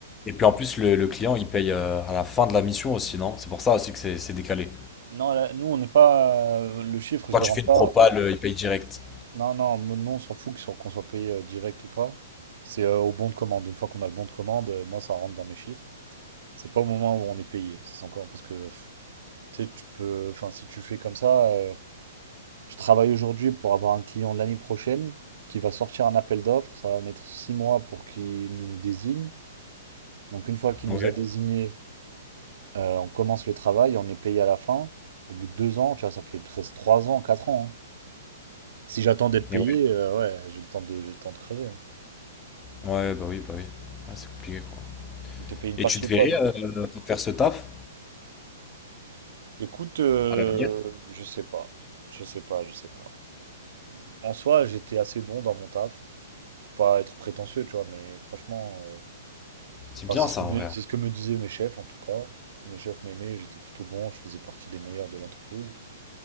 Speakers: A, on the left; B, on the right.
A: Et puis en plus, le, le client il paye euh, à la fin de la mission aussi, non? C'est pour ça aussi que c'est c'est décalé.
B: Non, là, nous on n'est pas euh, le chiffre, je
A: Quand
B: le
A: tu
B: rends
A: fais
B: pas
A: une propale, euh, il paye direct.
B: Non, non, me- non, on s'en fout que sur- qu'on soit payé euh, direct ou pas. C'est euh, au bon de commande. Une fois qu'on a le bon de commande, euh, moi, ça rentre dans mes chiffres. C'est pas au moment où on est payé. Ça, C'est encore parce que pff, tu sais, tu peux. Enfin, si tu fais comme ça, euh, je travaille aujourd'hui pour avoir un client l'année prochaine qui va sortir un appel d'offres. Ça va mettre six mois pour qu'il nous désigne. Donc, une fois qu'il
A: Ouais.
B: nous a désigné, euh, on commence le travail, on est payé à la fin. Au bout de deux ans, tu vois, ça fait presque trois ans, quatre ans. hein. Si j'attends d'être payé,
A: Et ouais.
B: euh, ouais, j'ai le temps de, j'ai le temps de crever. hein.
A: Ouais, bah oui, bah oui. Ah, c'est compliqué quoi.
B: Donc t'es payé une
A: Et
B: partie
A: tu te
B: ou
A: verrais
B: pas, non?
A: euh, faire ce taf
B: Écoute, euh,
A: à l'avenir?
B: je sais pas. Je sais pas, je sais pas. En soi, j'étais assez bon dans mon taf. Pour pas être prétentieux, tu vois, mais franchement, euh,
A: C'est
B: enfin,
A: bien
B: c'est
A: ça
B: ce que me,
A: en vrai.
B: c'est
A: hein.
B: ce que me disaient mes chefs, en tout cas. Tous mes chefs m'aimaient, j'étais plutôt bon, je faisais partie des meilleurs de l'entreprise.